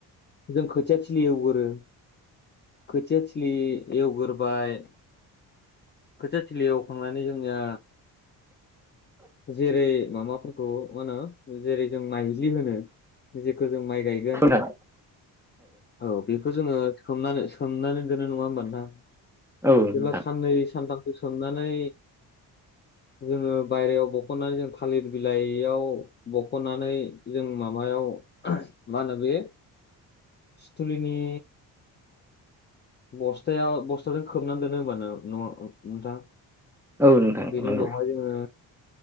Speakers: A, on the left; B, in the centre.
A: जों खोथिया थिलि एवगोरो। खोथियाथिलि एवगोरोबाय। खोथियाथिलि एवखांनानै जोंनिया।
B: <inaudible>
A: जेरै माबाफोरखौ मा होनो? जेरै- जों माइज्लि होनो जेखौ। जों माइ गायगोन
B: नोंथां
A: औ बेखौ। बेखौ जोङो सोमनानै-सोमनानै दोनो नङा होमबा नोंथां?
B: औ
A: जेब्ला
B: नोंथां
A: साननै सानथामसो सोमनानै। जोङो बायहेरायाव बख'नानै जों थालिर बिलाइयाव बख'नानै जों माबायाव। मा होनो बे सुथुलिनि। बस्थायाव बस्थाजों खोबनानै दोनो होमबा न'-न'आव नोंथां?
B: औ नोंथां।
A: बेनि
B: नंगौ
A: उनावहाय जोङो